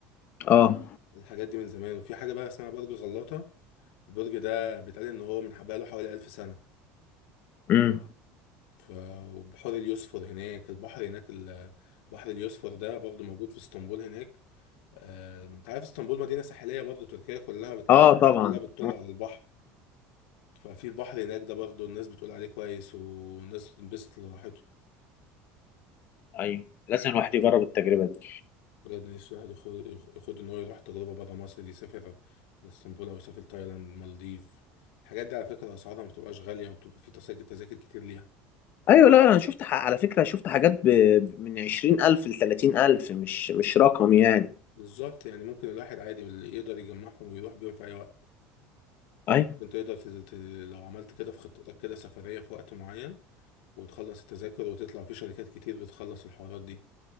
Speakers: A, on the left; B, on the left.
A: اه
B: الحاجات دي من زمان وفي حاجة بقى اسمها برج غلاطة البرج ده بيتقال ان هو من بقاله حوالي ألف سنة
A: امم
B: ف... وبحور اليوسفر هناك البحر هناك ال- بحر اليوسفر ده برضه موجود في اسطنبول هناك آه، انت عارف اسطنبول مدينة ساحلية برضه تركيا كلها بت...
A: اه
B: تركيا
A: طبعا
B: كلها بتطل
A: آه.
B: على البحر ففي البحر هناك ده برضه الناس بتقول عليه كويس والناس بتنبسط لراحته
A: ايوه لازم الواحد يجرب التجربه دي
B: بجد نفسي الواحد يخو- يخ- يخد ان هو يروح تجربة برا مصر دي، يسافر اسطنبول او يسافر تايلاند المالديف الحاجات دي على فكرة اسعارها ما بتبقاش غالية وبتبقى في تذاكر تذاكر كتير ليها
A: ايوه لا انا شفت ح- على فكره شفت حاجات ب... ب- من 20000 ل 30000 مش مش رقم يعني
B: بالظبط يعني ممكن الواحد عادي اللي يقدر يجمعهم ويروح بيهم في اي وقت
A: ايوه
B: ممكن تقدر تز- ت... لو عملت كده في خطتك كده سفرية في وقت معين وتخلص التذاكر وتطلع في شركات كتير بتخلص الحوارات دي